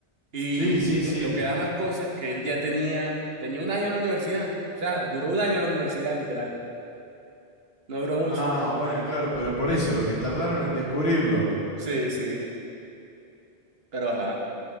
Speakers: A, on the right; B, on the left.
A: Y
B: Sí, sí,
A: lo,
B: sí.
A: lo que da más cosas es que él ya tenía, tenía un año en la universidad, o sea, duró un año en la universidad, literal, no duró mucho.
B: Ah, bueno, claro, pero por eso, lo que tardaron en descubrirlo.
A: Sí, sí, pero ajá,